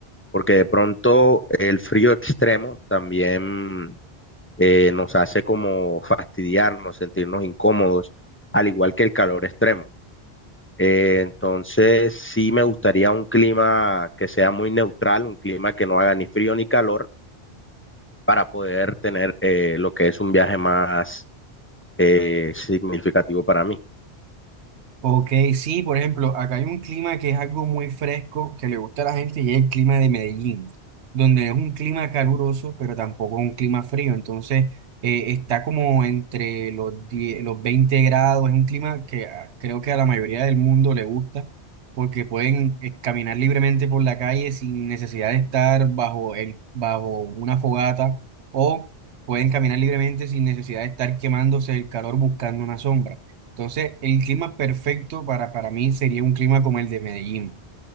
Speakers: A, on the left; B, on the right.
A: porque de pronto el frío extremo también eh, nos hace como fastidiarnos, sentirnos incómodos, al igual que el calor extremo. Eh, entonces, sí me gustaría un clima que sea muy neutral, un clima que no haga ni frío ni calor, para poder tener eh, lo que es un viaje más eh, significativo para mí.
B: Ok, sí, por ejemplo, acá hay un clima que es algo muy fresco que le gusta a la gente y es el clima de Medellín, donde es un clima caluroso, pero tampoco es un clima frío. Entonces, eh, está como entre los 10 los 20 grados. Es un clima que ah, creo que a la mayoría del mundo le gusta porque pueden eh, caminar libremente por la calle sin necesidad de estar bajo el, bajo una fogata o pueden caminar libremente sin necesidad de estar quemándose el calor buscando una sombra. Entonces, el clima perfecto para, para mí sería un clima como el de Medellín.